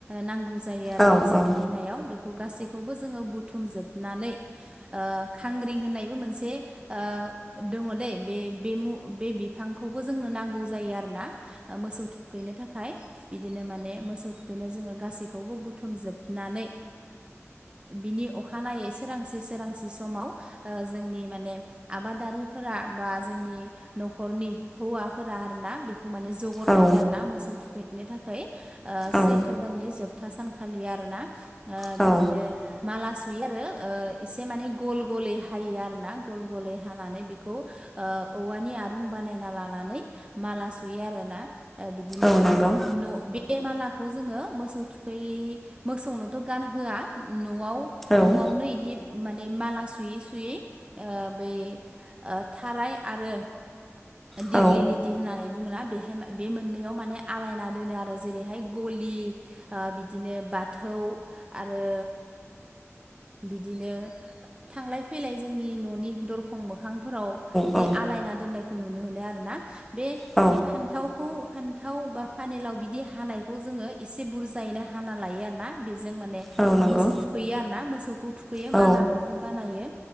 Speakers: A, on the right; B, in the centre.
A: नांगौ जायो आरो
B: औ
A: मोसौ
B: औ
A: थुखैनायाव बेखौ गासैबो बखौबो जोङो बुथुम जोबनानै खांग्रिं होननायबो मोनसे ओ दङ दै बेमु बे बिफांखौबो जोंनो नांगौ जायो आरोना। मोसौ थुखैनो थाखाय बिदिनो माने मोसौ थुखैनो जोङो। गासैखौबो बुथुमजोबनानै बिनि अखानायै सोरांसि सोरांसि समाव जोंनि माने आबादारिफोरा बा जोंनि न'खरनि हौवा मा आरोना बेखौ माने जगर
B: औ
A: लायो आरोना मोसौ थुखैनो थाखाय
B: औ
A: सैथो। जथा सानखालिनि ओ
B: औ
A: बिदिनो माला सुयो आरो एसे माने गल गलै हायो आर ना गल गलै हानानै बेखौ औवानि आरुं बानायना लानानै माला सुयो आरोना। बिदिनो
B: औ नंगौ
A: न' बे मालाखौ जोङो मोसौ थुखै मोसौनोथ' गान होआ न' न'आव
B: औ
A: न'आवनो बिदि माने माला सुयै सुयै बै थाराय आरो दिगलिलिटि
B: औ
A: होननानै बुङोना बेहाय बे मोननैयाव माने आलायना दोनो आरो जेरैहाय गलि ओ बिदिनो बाथौ आरो बिदिनो थांलाय फैलाय जोंनि न'नि दरखं मोखांफोराव बिदि
B: औ
A: आलायना दोननायखौ नुनो मोनो आरोना। बे
B: औ
A: फान्थावखौ फान्थाव बा फानेलाव बिदि हानायखौ जोङो एसे बुरजायैनो हाना लायो आरो ना। जों माने
B: औ नंगौ
A: ओ मोसौ थुखैयो आरोना मोसौखौ थुखैयो
B: औ
A: मालाखौबो बानायो